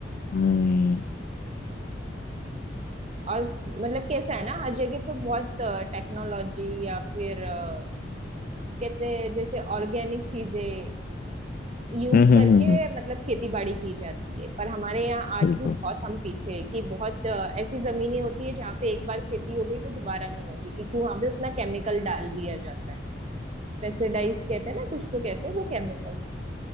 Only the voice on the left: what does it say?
हम्म
हम्म
हम्म हम्म हम्म,
बिल्कुल